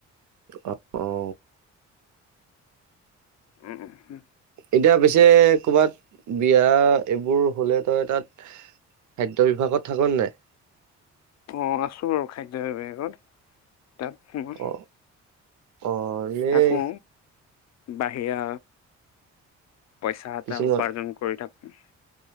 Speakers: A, on the right (about 75°); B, on the left (about 60°).
A: অ অ।
B: উম উম উম
A: এতিয়া পিছে কৰ'ৰবাত বিয়া এইবোৰ হ'লে তই তাত খাদ্য বিভাগত থাকোন নাই।
B: অ আছো আৰু খাদ্য বিভাগত তাত মই
A: অ অ এনেই
B: থাকো বাহিৰা। পইচা এটা
A: কিছুমান
B: উপাৰ্জন কৰি থাকো।